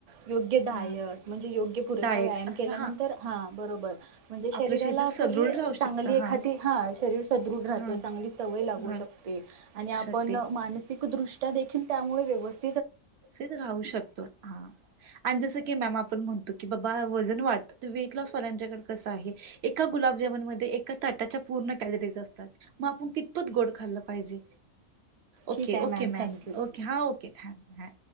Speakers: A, on the right; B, on the right.
A: योग्य डायट
B: हा
A: म्हणजे योग्य पुरेसा
B: डायट
A: व्यायाम
B: असं
A: केल्या नंतर हा बरोबर म्हणजे शरीराला
B: आपलं शरीर
A: आपली
B: सदृढ
A: अ
B: राहू
A: चांगली
B: शकत हा
A: एखादी ह शरीर सदृढ राहतं
B: ह
A: चांगली सवय लागू
B: ह
A: शकते आणि आप
B: शकते
A: पण मानसिक दृष त्या देखील त्यामुळे व्यवस्
B: कुशीत राहू शकतो हा अन जसं की मॅम आपण म्हणतो की बाबा वजन वाढतं तर वेट लॉस वाल्यांच्याकड कस आहे एका गुलाबजामुन मधे एका ताटाच्या पूर्ण कॅलरीज असतात मग आपुण कितपत गोड खाल्ल पाहिजे? ओके
A: ठीक आहे
B: ओके मॅम
A: थँक्यू
B: ओके हा ओके थँक हॅ